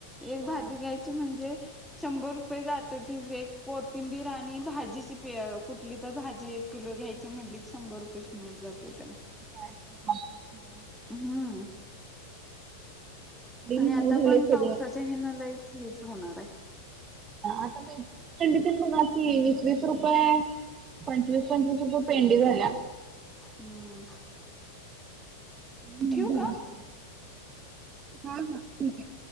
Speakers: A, in the centre; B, on the right.
A: एक
B: होय.
A: भाजी घ्यायची म्हणजे- शंभर रुपये जाते ति. एक कोथिंबीर आणि भाजीची प कुठली तर भाजी एक- किलो घ्यायचे म्हटली की शंभर रुपयेची नोट जाते त्याला.
B: <unintelligible>
A: हम्म.
B: झालं
A: आणि आता पण पावसाचे
B: सगळं
A: हे नलय हेच होणार आहे
B: आता मेथीची पेंडी तेन म्हणा की वीस वीस रुपये पंचवीस पंचवीस रुपे पेंडी ग ना
A: हम्म
B: ह्
A: ठेवू
B: ब
A: का
B: हा हा ठीक आहे